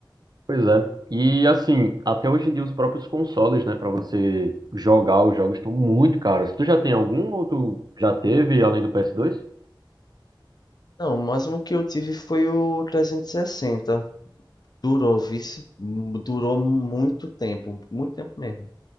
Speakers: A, on the right; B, on the left.
A: Pois é. E assim, até hoje em dia os próprios consoles, né, Pra você jogar os jogos estão muito caros. Tu já tem algum ou tu já teve além do PS2?
B: Não, o máximo que eu tive foi o 360. Durou, vice, durou muito tempo, muito tempo mesmo.